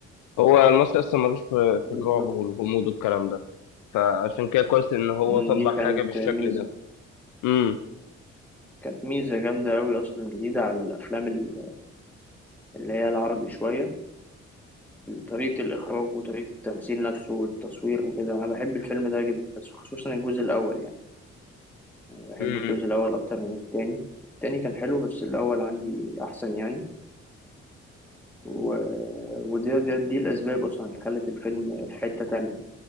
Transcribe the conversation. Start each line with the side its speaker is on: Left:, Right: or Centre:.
Left: هو المصري أصلا ملوش في
Centre: بالظبط
Left: في الرعب والغموض والكلام ده فعشان كده كويس ان هو
Centre: مم،
Left: طلع
Centre: دي
Left: حاجة
Centre: كانت
Left: بالشكل
Centre: ميزه
Left: ده امم
Centre: كانت ميزه جامده قوي اصلا جديده على الافلام ال- اللي هي العربي شويه طريقه الاخراج وطريقه التمثيل نفسه والتصوير وكده انا بحب الفيلم ده جدا بس خصوصا الجزء الاول يعني بحب
Left: امم
Centre: الجزء الأول أكتر من التاني التاني كان حلو بس الأول عندي أحسن يعني و... ودي دي, دي الأسباب أصلا اللي خلت الفيلم في حتة تانية